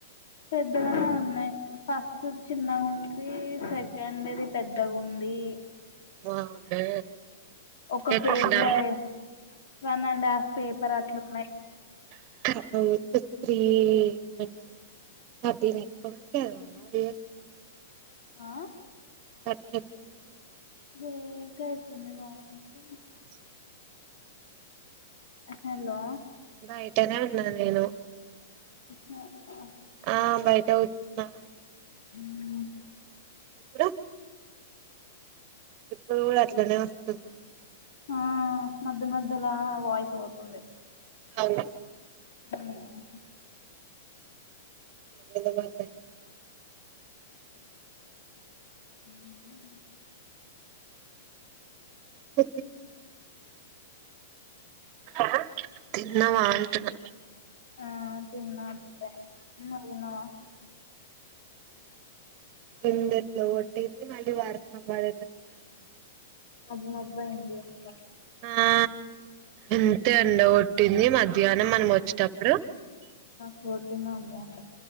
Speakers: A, on the left; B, on the right.
A: పెద్దగానే ఉన్నయి, ఫస్ట్‌ది చిన్నగుంది, సెకండ్‌ది పెద్దగుంది.
B: వామ్మో
A: ఒక
B: ఎట్లా
A: పేపరే, one and half paper అట్లున్నాయి.
B: <inaudible> Three ఏమంటారు, ఎక్స్‌పెరిమెంట్స్ చదవల డిఎస్పి అంటే.
A: ఆ
B: పట్టి తెచ్చుకొనైతిగ
A: బ్రేక్, అయితుంది వాయిసు.
B: ఇ
A: హలో!
B: బయటనే ఉన్నా నేను.
A: నా, ఆ.
B: ఆ, బయట కుచ్ నా
A: ఆ
B: ఇప్పుడు. ఇప్పుడు గూడ, అట్లనే వస్తున్నా అంటున్నా.
A: ఆ మధ్య మధ్యలా, వాయిస్ పోతుంది.
B: అవును.
A: మ్ హు
B: ఎవరిది పడతాది అనుకున్నావు?
A: ఆ ఆ ఆ
B: <unintelligible> ఆ తిన్నావా అంటున్నా
A: ఆ తిన్నా అప్పుడే నువ్వు తిన్నావా
B: నింద ఎట్లు ఒటింది మళ్ళీ వార సంబాద
A: అబ్బ అబ్బాయింది అంత
B: ఆ ఎంతే ఎండ కొట్టింది మధ్యాహ్నం మనం వచ్చేటప్పుడు
A: చోటిన్నామో